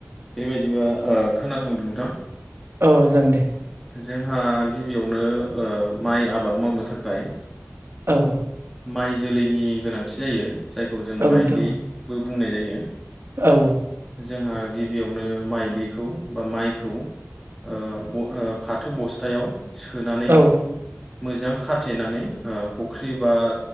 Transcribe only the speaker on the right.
औ जागोन दे।
औ
औ
नोंथां
औ
औ